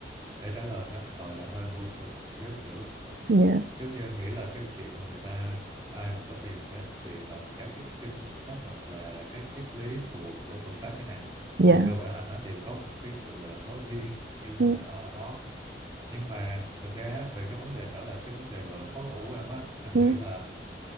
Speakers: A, on the right (about 20°); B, on the right (about 60°).
A: để trả lời nó gọi là hơi vô chừng xíu kiểu
B: dạ
A: giống như anh nghĩ là cái chuyện mà người ta ai mà có tìm đến chuyện đọc các cái kinh sách hoặc là các triết lý của, của Phật pháp chẳng hạn
B: dạ
A: thì cơ bản là nó đều có một cái sự gọi là có duyên như thế
B: Ừ.
A: nào đó ở đó nhưng mà thực ra á, về cái vấn đề trở lại cái vấn đề gọi là khó ngủ của em á anh
B: Ừ,
A: nghĩ là